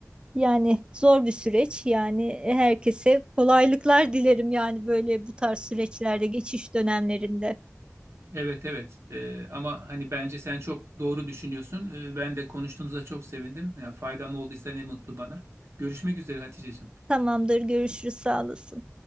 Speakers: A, on the right (about 20°); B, on the right (about 60°).
A: Yani zor bir süreç yani herkese kolaylıklar dilerim yani böyle bu tarz süreçlerde geçiş dönemlerinde.
B: Evet evet Ee, ama hani bence sen çok doğru düşünüyorsun. Ee, ben de konuştuğumuza çok sevindim. Ya faydam olduysa ne mutlu bana. Görüşmek üzere Haticeciğim.
A: Tamamdır görüşürüz sağ olasın.